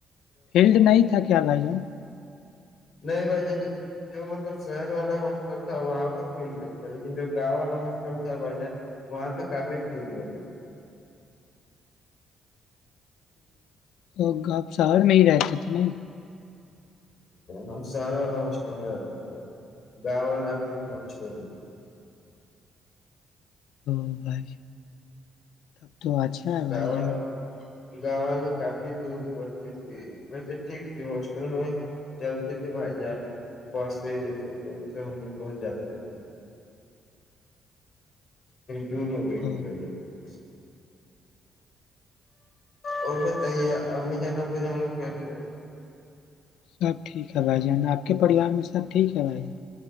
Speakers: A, on the left; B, on the left.
A: فلڈ نہیں تھا کیا بھیا
B: نہیں بھائی ج نہیں جو مطلب شہر والا ہاسٹل تھا وہاں پہ فیلڈ نہیں تھا لیکن جو گاؤں والا ہاسٹل تھا بھائی جان وہاں پہ کافی فیلڈ ہو گی تھی
A: اب آپ شہر میں ہی رہتے تھے نہیں
B: ہم شہر وال ل ہ اسٹنا کرتے گاؤ والال ت تو ہم چھوڑ دے
A: ہ بے <unintelligible> تب تو اچھا ہے
B: گاؤں
A: بھائی
B: والے
A: جان
B: گاؤں والی کافی دور پڑتی تھی میں تو ٹھیک تھی ہاسٹل میں چلتی تھی بائی جائ بس یہ جو اس سے ہم لوگ بہت جاتے تھے دور ہو گئی
A: او
B: ت ب اچ اور بتائیے امی جانا ب جانو کیسے
A: سب ٹھیک ہے بھائی جان آپ کے پریوار میں سب ٹھیک ہے بھائی جان